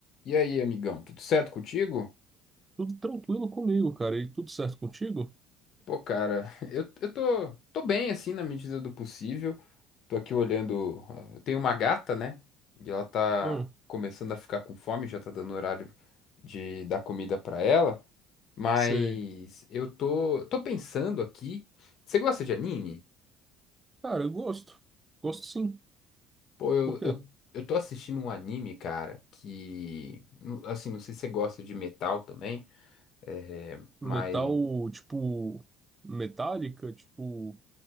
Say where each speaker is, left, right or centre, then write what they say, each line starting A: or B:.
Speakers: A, on the left; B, on the right.
A: E aí, amigão, tudo certo contigo?
B: Tudo tranquilo comigo, cara. E tudo certo contigo?
A: Pô, cara, <laughs> eu, eu tô, tô bem, assim, na medida do possível. Tô aqui olhando. ah, Eu tenho uma gata, né? E ela tá
B: Hum,
A: começando a ficar com fome, já tá dando horário de dar comida pra ela. Mas
B: sei.
A: eu tô, tô pensando aqui. Você gosta de anime?
B: Cara, eu gosto. Gosto sim.
A: Pô, eu,
B: Por quê?
A: eu, eu tô assistindo um anime, cara, que. nu- Assim, não sei se você gosta de metal também, é, mas.
B: Metal, tipo, metálica, tipo,